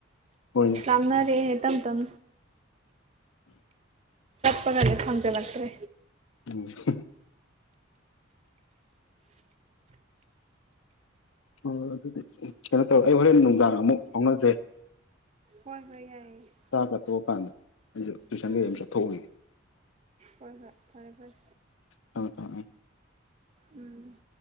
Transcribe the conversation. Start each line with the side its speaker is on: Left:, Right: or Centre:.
Left: ꯍꯣꯏꯅꯦ
Right: ꯂꯥꯞꯅꯔꯛꯑꯦ ꯇꯝ ꯇꯝ ꯄꯒꯁꯦ ꯐꯪꯖꯤꯜꯂꯥꯛꯇ꯭ꯔꯦ
Left: ꯎꯝ ꯑꯣ ꯑꯗꯨꯗꯤ ꯀꯩꯅꯣ ꯇꯧꯋꯦ ꯑꯩ ꯍꯣꯔꯦꯟ ꯅꯨꯡꯗꯥꯡ ꯑꯃꯨꯛ ꯐꯥꯎꯅꯖꯦ
Right: ꯍꯣꯏ ꯍꯣꯏ ꯌꯥꯏꯌꯦ
Left: ꯆꯥꯛ ꯀ ꯇꯣꯛꯑꯀꯥꯟꯗ ꯑꯩꯁꯨ ꯇꯨꯏꯁꯟ
Right: ꯎꯝ
Left: ꯀꯩꯒꯩ ꯑꯝ ꯆꯠꯊꯣꯛꯎꯒꯤꯒꯦ
Right: ꯍꯣꯏ ꯍꯣꯏ ꯐꯔꯦ ꯐꯔꯦ
Left: ꯊꯝꯃꯦ ꯊꯝꯃꯦ
Right: ꯎꯝ